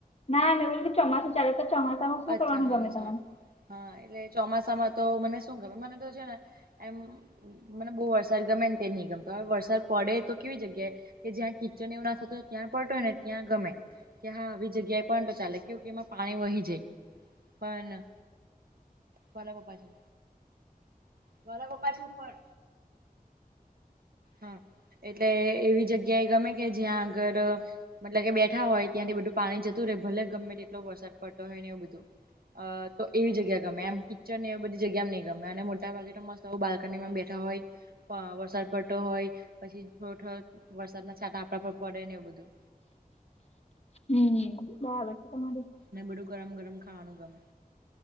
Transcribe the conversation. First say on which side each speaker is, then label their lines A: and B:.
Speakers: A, on the left; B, on the right.
A: ના, મે બોલીતી ચોમાસું ચાલે, તો ચોમાસામાં શું
B: અચ્છા
A: કરવાનું
B: હા
A: ગમે તમને?
B: સોરી હા, એટલે ચોમાસામાં તો મને શું ગમે, મને તો છે ને એમ મને બહુ વરસાદ ગમેન તે ની ગમતો, હવે વરસાદ પડે તો કેવી જગ્યાએ કે જ્યાં કિચન એવું ના થતું ત ત્યાં પડતો હોય ને ત્યાં ગમે, કે હા આવી જગ્યાએ પણ તો ચાલે કયું કે એમાં પાણી વહી જાય. પણ, મારા પપ્પા છે. મારા પપ્પા છે ઉપર. હા, એટલે એવી જગ્યાએ ગમે કે જ્યાં આગર મતલબ કે બેઠા હોય, ત્યાંથી બધું પાણી જતું રહેે, ભલે ગમે તેટલો વરસાદ પડતો હોય ને એવું બધું. અ તો એવી જગ્યા ગમે એમ, કિચડ ને એ બધી જગ્યા એ નહી ગમે, અને મોટાભાગે તો મસ્ત આવું બાલ્કનીમાં બેઠા હોય, વ વરસાદ પડતો હોય, પછી થો થો વરસાદ ના છાંટા આપડા પર પડે ને એવું બધું.
A: હમ્મ હમ્મ <unintelligible> તમારી
B: ને બધું ગરમ ગરમ ખાવાનું ગમે.